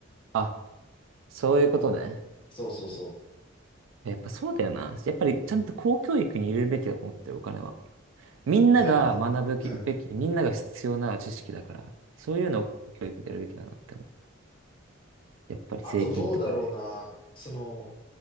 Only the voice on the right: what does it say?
あ、そういうことね。
やっぱそうだよな。やっぱりちゃんと公教育に入れるべきだと思ってる、
お金は。みんなが学ぶきべき、
みんなが必要な知識だから、そういうのを公教育でやるべきだなって思う。やっぱり税金とかね。